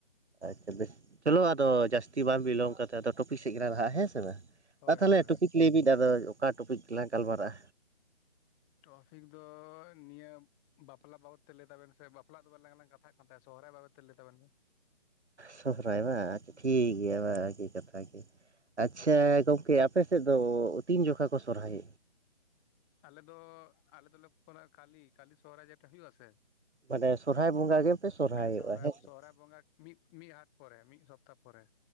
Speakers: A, on the right; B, on the left.
A: ᱟᱪᱪᱷᱟ ᱵᱮᱥ ᱪᱚᱞᱚ ᱟᱫᱚ ᱡᱟᱹᱥᱛᱤ ᱵᱟᱝ ᱵᱤᱞᱚᱢ ᱠᱟᱛᱮ ᱟᱫᱚ ᱴᱚᱯᱤᱠ ᱥᱮᱫ ᱜᱮᱞᱟᱝ ᱞᱟᱦᱟᱜᱼᱟ ᱦᱮᱸ ᱥᱮ ᱵᱟᱝ᱾
B: ᱦᱳᱭ
A: ᱢᱟ ᱛᱟᱦᱚᱞᱮ
B: ᱦᱳᱭ ᱦᱳᱭ
A: ᱴᱚᱯᱤᱠ ᱞᱟᱹᱭ ᱵᱤᱱ ᱟᱫᱚ ᱚᱠᱟ ᱴᱚᱯᱤᱠ ᱛᱮᱞᱟᱝ ᱜᱟᱞᱢᱟᱨᱟᱜᱼᱟ?
B: ᱴᱚᱯᱷᱤᱠ ᱫᱚ ᱱᱤᱭᱟᱹᱢ᱾ ᱵᱟᱯᱞᱟ ᱵᱟᱵᱚᱫ ᱛᱮ ᱞᱟᱹᱭ ᱛᱟᱵᱮᱱ ᱥᱮ ᱵᱟᱯᱞᱟ ᱫᱚᱞᱟᱝ ᱞᱟᱝ ᱠᱟᱛᱷᱟᱜ ᱠᱟᱱ ᱛᱟᱦᱮᱸ ᱥᱚᱦᱚᱨᱟᱭ ᱵᱟᱵᱚᱫ ᱛᱮ ᱞᱟᱹᱭ ᱛᱟᱵᱚᱱ ᱢᱮ᱾
A: ᱥᱚᱦᱚᱨᱟᱭ ᱵᱟᱝ ᱟᱪᱪᱷᱟ ᱴᱷᱤᱠ ᱜᱮᱭᱟ ᱵᱟᱝ ᱟᱨᱠᱤ ᱠᱟᱛᱷᱟ ᱠᱤ᱾ ᱟᱪᱪᱷᱟ ᱜᱚᱢᱠᱮ ᱟᱯᱮ ᱥᱮᱫ ᱫᱚ ᱛᱤᱱ ᱡᱚᱠᱷᱟ ᱠᱚ ᱥᱚᱨᱦᱟᱭ
B: ᱟᱞᱮ ᱫᱚ ᱟᱞᱮ ᱫᱚᱞᱮ ᱠᱚᱨᱟᱣᱟ ᱠᱟᱞᱤ ᱠᱟᱞᱤ ᱥᱚᱦᱚᱨᱟᱭ ᱡᱮᱴᱟ ᱦᱩᱭᱩᱜᱼᱟ ᱥᱮ᱾
A: ᱢᱟᱱᱮ ᱥᱚᱨᱦᱟᱭ ᱵᱚᱸᱜᱟ ᱜᱮᱯᱮ ᱥᱚᱨᱦᱟᱭᱚᱜᱼᱟ
B: ᱥᱚᱦᱨᱟᱭ
A: ᱦᱮᱸᱥᱮ᱾
B: ᱥᱚᱦᱨᱟᱭ ᱵᱚᱸᱜᱟ ᱢᱤᱫ ᱢᱤᱫ ᱦᱟᱴ ᱯᱚᱨᱮ ᱢᱤᱫ ᱥᱚᱯᱛᱟ ᱯᱚᱨᱮ᱾